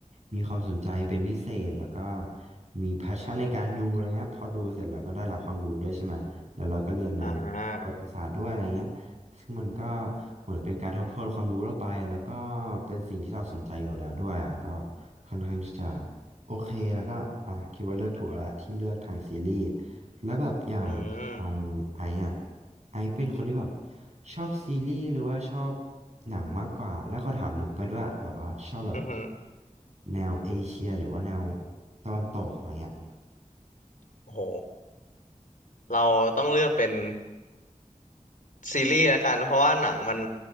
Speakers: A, on the right; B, on the left.
A: มีความสนใจเป็นพิเศษแล้วก็มีแพชชั่นในการดูอะไรเงี้ยพอดูเสร็จเราก็ได้รับความรู้ด้วยใช่ไหมแล้วเราก็เรียนใน
B: อ่า
A: ประวัติศาสตร์ด้วยอะไรเงี้ย ซึ่งมันก็เหมือนเป็นการทบทวนความรู้เราไปแล้วก็เป็นสิ่งที่เราสนใจอยู่แล้วด้วยอ่ะก็ค่อนข้างที่จะโอเคแล้วก็อ่ะคิดว่าเลือกถูกแล้วที่เลือกทางซีรีส์แล้วแบบอย่างทางไอซ์อ่ะ
B: อืม
A: ไอซ์เป็นคนที่แบบชอบซีรีส์หรือว่าชอบหนังมากกว่าแล้วเขาถามลึกไปด้วยแบบว่าชอบแบบ
B: อือหือ
A: แนวเอเชียหรือว่าแนวตะวันตกอะไรเงี้ย
B: โอ้โหเราต้องเลือกเป็น ซีรีส์แล้วกันเพราะว่าหนังมัน